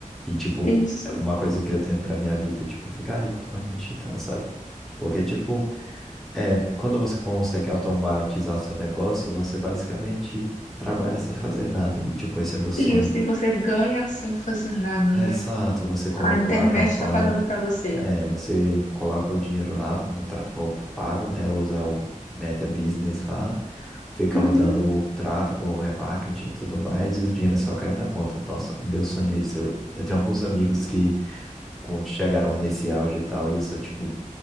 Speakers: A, in the centre; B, on the left.
A: E, tipo,
B: isso,
A: é uma coisa que eu tenho para minha vida é, tipo, ficar rico do marketing digital, sabe? Porque, tipo, é, quando você consegue automatizar seu negócio, você basicamente trabalha sem fazer nada. E, tipo, esse é meu sonho.
B: isso. E você ganha sem fazer nada, né?
A: Exato, você coloca
B: A internet
A: lá a campanha.
B: está fazendo para você.
A: É, você coloca o dinheiro lá quando o tráfego é pago, né? Usa o Meta Business lá, fica
B: Uhum.
A: rodando o tráfego, o remarketing e tudo mais, e o dinheiro só cai na conta. Nossa, meu sonho é isso. Eu, eu tenho alguns amigos que quando chegaram nesse auge e tal, e eu sou, tipo,